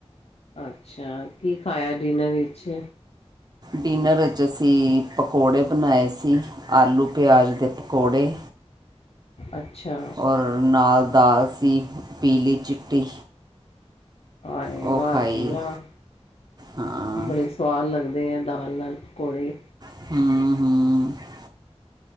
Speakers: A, on the left; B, on the right.
A: ਅੱਛਾ, ਕੀ ਖਾਇਆ ਡਿਨਰ ਵਿੱਚ।
B: ਡਿਨਰ ਅੱਜ ਅਸੀਂ ਪਕੌੜੇ ਬਣਾਏ ਸੀ, ਆਲੂ ਪਿਆਜ਼ ਦੇ ਪਕੌੜੇ।
A: ਅੱਛਾ।
B: ਔਰ ਨਾਲ ਦਾਲ ਸੀ, ਪੀਲੀ ਚਿੱਟੀ।
A: ਆਏ
B: ਉਹ
A: ਵਾਹ
B: ਖਾਈ
A: ਜੀ ਵਾਹ!
B: ਹਾਂ
A: ਬੜੇ ਸਵਾਦ ਲੱਗਦੇ ਐ, ਦਾਲ ਨਾਲ ਪਕੌੜੇ।
B: ਹੂੰ-ਹੂੰ।